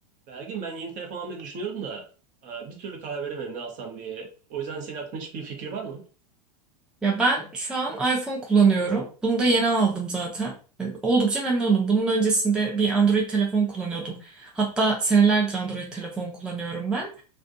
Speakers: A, on the right; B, in the centre.
A: Belgin ben yeni telefon almayı düşünüyorum da e, bir türlü karar veremedim ne alsam diye. O yüzden senin aklında hiçbir fikir var mı?
B: Ya ben şu an iPhone kullanıyorum. Bunu da yeni aldım zaten. Yani oldukça memnunum. Bunun öncesinde bir Android telefon kullanıyordum. Hatta senelerdir Android telefon kullanıyorum ben.